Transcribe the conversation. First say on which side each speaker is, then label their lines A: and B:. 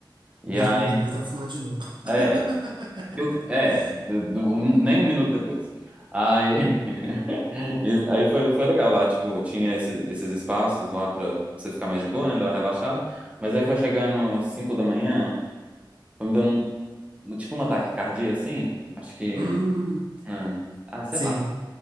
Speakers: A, on the right; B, on the right.
A: E
B: dois
A: aí.
B: minutos depois tava fumando de novo. <laughs>
A: É. Eu, é. do- do- Nem um minuto depois. Aí. <laughs> e- Aí foi, foi legal lá, tipo, tinha esse- esses espaços lá pra, pra você ficar mais de boa, né? Dar uma relaxada. Mas aí foi chegando 5 da manhã, foi me dando um- tipo um ataque cardíaco, assim. Acho que.
B: Hum,
A: hum, Ah, sei
B: sim.
A: lá.